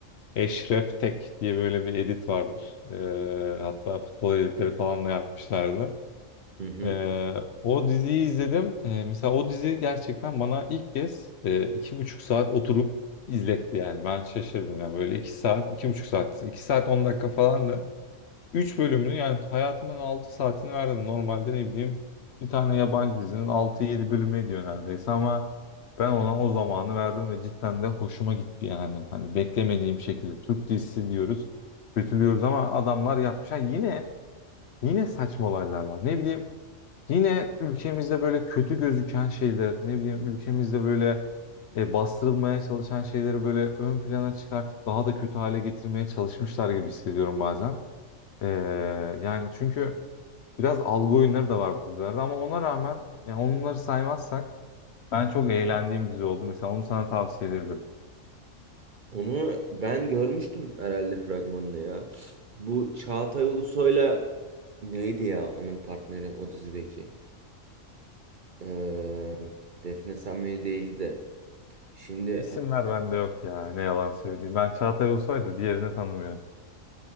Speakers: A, on the left; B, on the right.
A: Eşref Tek diye böyle bir edit vardır. Ee, hatta futbol editleri falan da yapmışlardı.
B: Hı hı.
A: Ee, o diziyi izledim. Ee, mesela o dizi gerçekten bana ilk kez e, iki buçuk saat oturup izletti yani. Ben şaşırdım yani böyle iki saat, iki buçuk saat, iki saat on dakika falandı. Üç bölümünü yani hayatımın 6 saatini verdim. Normalde ne bileyim bir tane yabancı dizinin altı yedi bölümü ediyor neredeyse ama ben ona o zamanı verdim ve cidden de hoşuma gitti yani. Hani beklemediğim şekilde Türk dizisi diyoruz, kötülüyoruz ama adamlar yapmış. Ha yine yine saçma olaylar var. Ne bileyim yine ülkemizde böyle kötü gözüken şeyler, ne bileyim ülkemizde böyle e, bastırılmaya çalışan şeyleri böyle ön plana çıkartıp daha da kötü hale getirmeye çalışmışlar gibi hissediyorum bazen. Ee, yani çünkü Biraz algı oyunları da var bu dizilerde ama ona rağmen yani onları saymazsak ben çok eğlendiğim dizi oldu. Mesela onu sana tavsiye ederim.
B: Onu ben görmüştüm herhalde fragmanını ya. Bu Çağatay Ulusoy'la neydi ya onun partneri o dizideki? Ee, Defne Samveli değildi de. Şimdi
A: İsimler bende yok ya ne yalan söyleyeyim. Ben Çağatay Ulusoy da diğerini tanımıyorum.